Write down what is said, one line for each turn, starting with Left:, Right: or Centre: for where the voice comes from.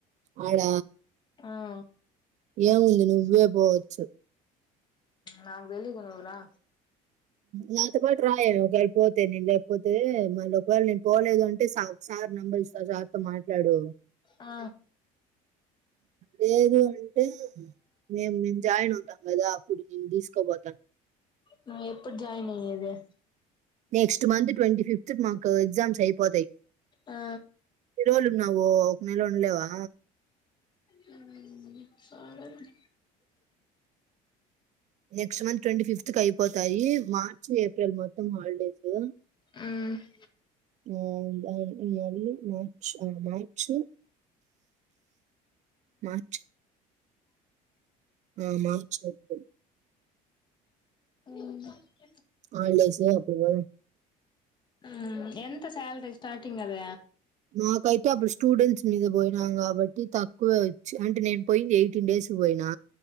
Right: ఆడ
Left: అహ్
Right: ఏముంది నువ్వే పోవచ్చు.
Left: నాకు వెలిగు నువ్రా
Right: నాతో పాటు రాయే. ఒకవేళ పోతే నేను లేకపోతే మళ్ళీ ఒకవేళ నేను పోలేదు అంటే సావు. సార్ నెంబరిస్తా సార్తో మాట్లాడు
Left: ఆ
Right: లేదు. అంటే మేం మేము జాయిన్ అవుతా గదా అప్పుడు నిన్ను తీస్కపోతా.
Left: నువ్వు ఎప్పుడు జాయిన్ అయ్యేదే.
Right: నెక్స్ట్ మంత్ ట్వంటీ ఫిఫ్త్ క్ మాకు ఎగ్జామ్స్ అయిపోతాయి.
Left: ఆ
Right: రోల్ వునవో నెల ఉండ్లేవా
Left: ఉహ్ సరేలే
Right: నెక్స్ట్ మంత్ ట్వంటి ఫిఫ్త్ కి అయిపోతాయి. మార్చ ఏప్రిల్ మొత్తం హాలిడేస్.
Left: ఉమ్
Right: ఆహ్ ఆగ్ మ మార్చ్ ఆ మార్చ్ మాచ్ ఆ మార్చ్ ముప్పై
Left: అహ్
Right: అల్డెస్ గా అప్పుడు పోదాం
Left: ఆహ్ ఎంత సాలరి స్టార్టింగ్ అద
Right: మాకైతే అప్పుడు స్టూడెంట్స్ మీద పోయినాం. కాబట్టి తక్కువ వచ్చి అంటే నేను పోయింది. ఎయిట్ న్ డేస్ కు పోయినా